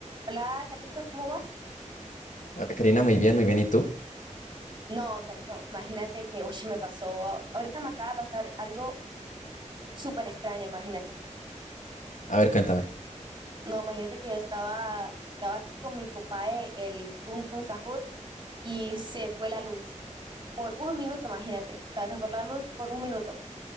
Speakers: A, on the right; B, on the left.
A: Hola Carlitos, ¿cómo vas?
B: Hola, Karina, muy bien, muy bien. ¿Y tú?
A: No, Carlitos, imagínate que, uy, me pasó, ahorita me acaba de pasar algo súper extraño, imagínate.
B: A ver, cuéntame.
A: No, imagínate que yo estaba, estaba aquí con mi compadre, el Tun Tun Sahur, y se fue la luz por un minuto, imagínate. O sea, se fue la luz por un minuto.